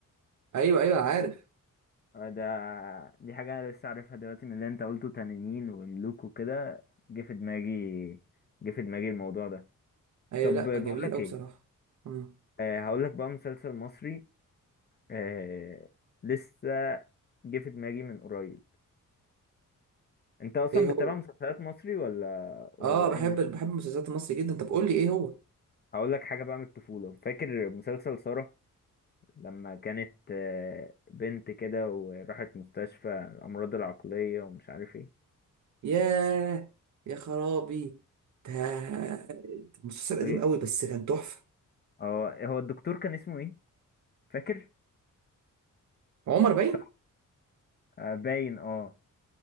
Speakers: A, on the right (about 60°); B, on the left (about 30°).
A: ايوه ايوه عارف
B: آه، ده دي حاجة أنا لسه عارفها دلوقتي من اللي انت قلته تنانين وملوك وكده جه في دماغي جه في دماغي الموضوع ده
A: ايوه
B: طب
A: لا
B: بقول
A: جميل
B: لك
A: قوي
B: ايه
A: بصراحه آه.
B: آه هقول لك بقى مسلسل مصري آه لسه جه في دماغي من قريب انت اصلا
A: ايه
B: بتتابع
A: هو
B: مسلسلات مصري ولا ولا
A: اه بحب
B: انجلش
A: بحب المسلسلات المصري جدا طب قول لي ايه هو
B: هقول لك حاجة بقى من الطفولة فاكر مسلسل سارة لما كانت آه، بنت كده وراحت مستشفى الأمراض العقلية ومش عارف ايه
A: ياه يا خرابي ده ده مسلسل قديم
B: أوكي.
A: قوي بس كان تحفة
B: اه هو الدكتور كان اسمه ايه فاكر
A: عمر باين
B: صح آه، باين اه